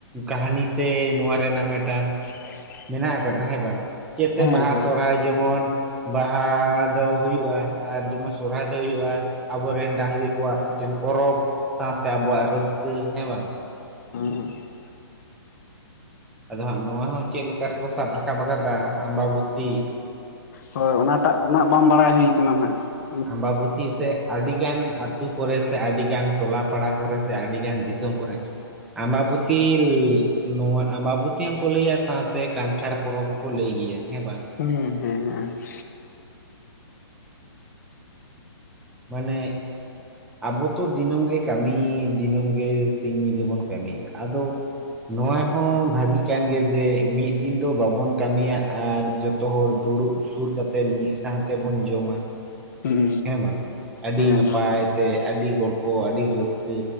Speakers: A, in the centre; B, on the left.
A: ᱠᱟᱹᱦᱟᱱᱤ ᱥᱮ ᱱᱚᱣᱟ ᱨᱮᱱᱟᱜ ᱢᱤᱫᱴᱟᱝᱼᱼ
B: <inaudible>
A: ᱢᱮᱱᱟᱜ ᱟᱠᱟᱫᱟ ᱦᱮᱸ ᱵᱟᱝ ᱪᱮᱫ ᱛᱮ
B: ᱦᱮᱸ
A: ᱵᱟᱦᱟ
B: ᱦᱮᱸ
A: ᱥᱚᱦᱨᱟᱭ ᱡᱮᱢᱚᱱᱼᱼ ᱵᱟᱦᱟ ᱫᱚ ᱦᱩᱭᱩᱜᱼᱟ ᱟᱨ ᱡᱮᱢᱚᱱ ᱥᱚᱦᱨᱟᱭ ᱫᱚ ᱦᱩᱭᱩᱜᱼᱟ ᱟᱵᱚᱨᱮᱱ ᱰᱟᱝᱨᱤ ᱠᱚᱣᱟᱜ ᱢᱤᱫᱴᱮᱱ ᱯᱚᱨᱚᱵᱽ ᱥᱟᱶᱛᱮ ᱟᱵᱚᱣᱟᱜ ᱨᱟᱹᱥᱠᱟᱹ ᱦᱮᱸ ᱵᱟᱝ ᱾
B: ᱦᱩᱸᱻ ᱦᱩᱸ ᱾
A: ᱟᱫᱚ ᱦᱟᱸᱜ ᱱᱚᱣᱟ ᱦᱚᱸ ᱪᱮᱫ ᱞᱮᱠᱟ ᱨᱮᱠᱚ ᱥᱟᱵ ᱨᱟᱠᱟᱵ ᱟᱠᱟᱫᱟ ᱟᱢᱵᱟᱵᱚᱛᱤ ᱾
B: ᱦᱳᱭ ᱚᱱᱟᱴᱟᱜ ᱫᱚᱱᱟᱼᱜ ᱵᱟᱝ ᱵᱟᱲᱟᱭ ᱦᱩᱭ ᱠᱟᱱᱟ ᱦᱟᱸᱜ ᱾
A: ᱟᱢᱵᱟᱵᱩᱛᱤ ᱥᱮᱼᱼ ᱟᱹᱰᱤᱜᱟᱱ ᱟᱹᱛᱩ ᱠᱚᱨᱮ ᱥᱮ ᱟᱹᱰᱤᱜᱟᱱ ᱴᱚᱞᱟ ᱯᱟᱲᱟ ᱠᱚᱨᱮ ᱥᱮ ᱟᱹᱰᱤᱜᱟᱱ ᱫᱤᱥᱚᱢ ᱠᱚᱨᱮ ᱾ ᱟᱢᱵᱟᱵᱩᱛᱤ, ᱱᱚᱣᱟ ᱟᱢᱵᱟᱵᱩᱛᱤ ᱦᱚᱸᱠᱚ ᱞᱟᱹᱭᱟ ᱥᱟᱶᱛᱮ ᱠᱟᱱᱴᱷᱟᱲ ᱯᱚᱨᱚᱵᱽ ᱦᱚᱸ ᱾ ᱠᱚ ᱞᱟᱹᱭ ᱜᱮᱭᱟ ᱦᱮᱸ ᱵᱟᱝ ᱾
B: ᱦᱮᱸᱻ ᱦᱮᱸ ᱻᱦᱮᱸ ᱾
A: ᱢᱟᱱᱮᱼᱼ ᱟᱵᱚ ᱛᱚ ᱫᱤᱱᱟᱹᱢ ᱜᱮ ᱠᱟᱹᱢᱤ ᱫᱤᱱᱟᱹᱢ ᱜᱮ ᱥᱤᱧ ᱧᱤᱫᱟᱹ ᱵᱚᱱ ᱠᱟᱹᱢᱤᱭᱮᱫᱟ ᱟᱫᱚᱼᱼ ᱱᱚᱣᱟ ᱦᱚᱸ ᱵᱷᱟᱹᱜᱤᱼᱜ ᱠᱟᱱ ᱜᱮᱭᱟ ᱡᱮ ᱢᱤᱫ ᱫᱤᱱ ᱫᱚ ᱵᱟᱵᱚᱱ ᱠᱟᱹᱢᱤᱭᱟ ᱟᱨ ᱡᱚᱛᱚ ᱦᱚᱲ ᱫᱩᱲᱩᱵᱼᱼ ᱥᱩᱨ ᱠᱟᱛᱮᱫ ᱢᱤᱫ ᱥᱟᱶ ᱛᱮᱵᱚᱱ ᱡᱚᱢᱟᱼᱼ
B: ᱦᱩᱸ
A: ᱦᱮᱸ ᱵᱟᱝ ᱟᱹᱰᱤ
B: ᱦᱮᱸ
A: ᱱᱟᱯᱟᱭ ᱛᱮ ᱟᱹᱰᱤ ᱜᱚᱞᱯᱷᱚᱼᱼ ᱠᱚ ᱟᱹᱰᱤ ᱨᱟᱹᱥᱠᱟᱹ